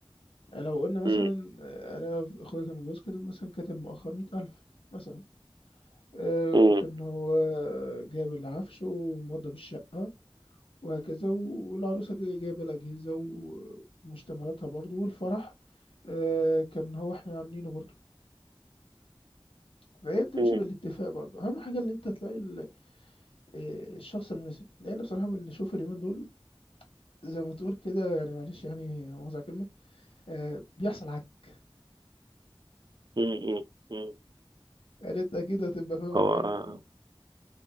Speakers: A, on the left (about 75°); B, on the right (about 50°).
A: يعني لو قلنا مثلا
B: امم
A: آه، انا اخويا كان متجوز كاتب مثلا كاتب مؤخر مئة ألف مثلا آه،
B: امم
A: وكان هو جايب العفش وموضب الشقة وهكذا و- والعروسة جايبة الأجهزة ومشتملاتها برضو والفرح آه، كان هو احنا عاملينه برضو فهي بتمشي
B: امم
A: بالاتفاق برضه اهم حاجه ان انت تلاقي ال- آه، الشخص المناسب لان بصراحه من اللي شوف اليومين دول زي ما تقول كده يعني معلش يعني مؤاخذه على الكلمه آه، بيحصل عك
B: امم امم
A: يعني انت كده هتبقى فاهم
B: هو
A: اكتر
B: آه،
A: مني